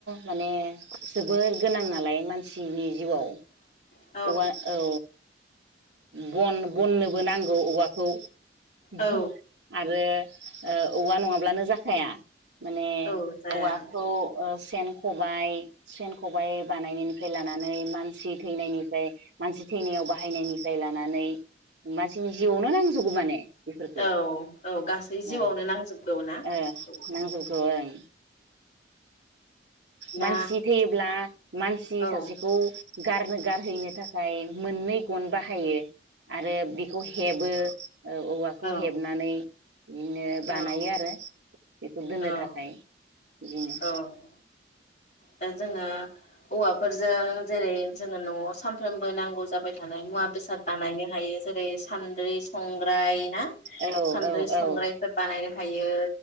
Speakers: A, on the right; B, on the left.
A: माने जोबोर गोनां नालाय मानसिनि जिउआव
B: औ।
A: औवा औ। बन बननोबो नांगौ औवाखौ। भु
B: औ
A: आरो औवा नङाब्लानो जाखाया। माने
B: औ जाया
A: औवाखौ ओ सेन खबाइ सेन खबाइ बानायनायनिफ्राय लानानै मानसि थैनायनिफ्राय मानसि थैनायाव बाहायनायनि जाय लानानै मानसिनि जिआवनो नांजोबो माने। बेफोरखौ
B: औ औ गासै जिउआवनो
A: ओ
B: नांजोबगौ ना
A: ओ
B: औवाखौ
A: नांजोबगौ ओं।
B: ना
A: मानसि थैयोब्ला मानसि
B: औ
A: सासेखौ गारनो गारहैनो थाखाय मोननै गन बाहायो। आरो बिखौ हेबो औवाखौ
B: औ
A: हेबनानै बिदिनो
B: औ
A: बानायो आरो। बेखौ दोननो
B: औ
A: थाखाय। बिदिनो।
B: औ दा जोङो औवा फोरजों जेरै जोङो न'आव सानफ्रोमबो नांगौ जाबाय थानाय मुवा बेसाद बानायनो हायो जेरै सान्द्रि संग्राय ना
A: औ औ
B: सान्द्रै संग्रायफोर
A: औ
B: बानाय हायो